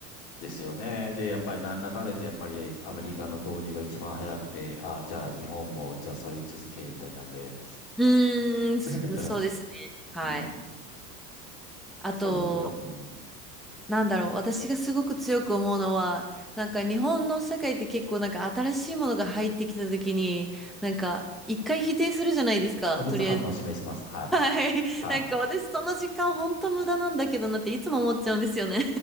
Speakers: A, on the left (about 55°); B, in the centre.
A: ですよね。で、やっぱりなんだかんだ言って、やっぱりアメリカの導入が一番早くて、ああ、じゃあ日本も、じゃあそれに続け、みたいなんで。
B: うーん、そそうですね。
A: だから、
B: はい。
A: うん、
B: あと、
A: そういうこと、うん。
B: なんだろう、私がすごく強く思うのは、なんか日本の社会って結構なんか新しいものが入ってきた時に、なんか一回否定するじゃないですか、
A: 拒絶反応を示します。
B: とりあえず。<laughs>
A: はい。
B: はい。
A: はい。
B: なんか私その時間本当無駄なんだけどなっていつも思っちゃうんですよね。